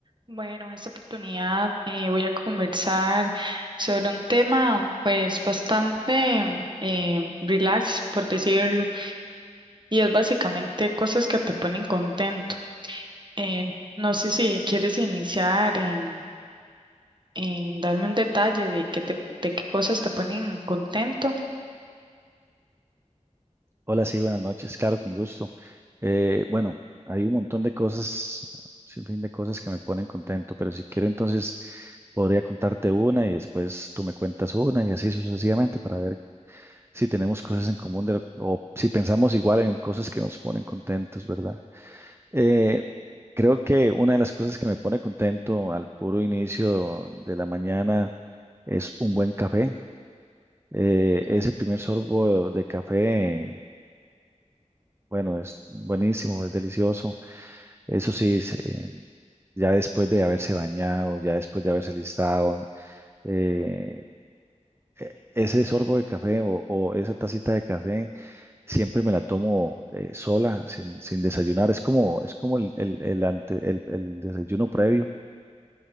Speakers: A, on the right; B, on the right.
A: Bueno, en esta oportunidad eh, voy a conversar sobre un tema pues bastante eh, relax, por decirlo, y es básicamente cosas que te ponen contento. Eh, no sé si quieres iniciar en, en darme un detalle de qué te- de qué cosas te ponen contento.
B: Hola, sí, buenas noches, claro, con gusto. Eh, bueno, hay un montón de cosas, sin fin de cosas que me ponen contento, pero si quiero entonces podría contarte una y después tú me cuentas una y así sucesivamente para ver si tenemos cosas en común de lo- o si pensamos igual en cosas que nos ponen contentos, ¿verdad? Eh, creo que una de las cosas que me pone contento al puro inicio de la mañana es un buen café. Eh, ese primer sorbo de café. Bueno, es buenísimo, es delicioso. Eso sí, se- eh, ya después de haberse bañado, ya después de haberse listado, eh, e- ese sorbo de café o, o esa tacita de café siempre me la tomo eh, sola, sin, sin desayunar. Es como, es como el, el, el ante- el- el desayuno previo.